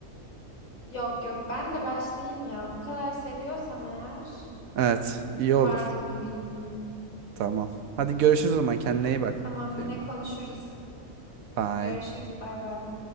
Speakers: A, on the left; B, on the right.
A: Yok yok ben de başlayayım ya. Bu kadar seviyorsan eğer
B: Evet iyi
A: vardır
B: olur.
A: bir bildiğin.
B: Tamam. Hadi görüşürüz o zaman kendine iyi bak.
A: Tamam yine
B: Şeyma.
A: konuşuruz.
B: Bye.
A: Görüşürüz bay bay.